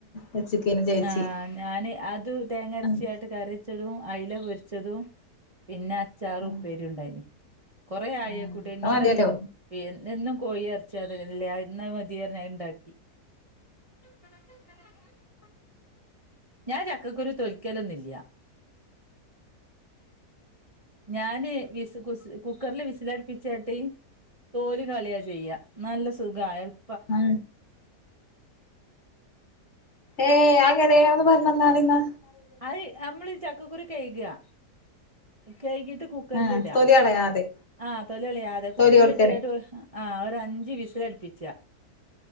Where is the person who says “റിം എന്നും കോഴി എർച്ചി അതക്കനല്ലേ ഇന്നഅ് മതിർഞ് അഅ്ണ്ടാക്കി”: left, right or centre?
Right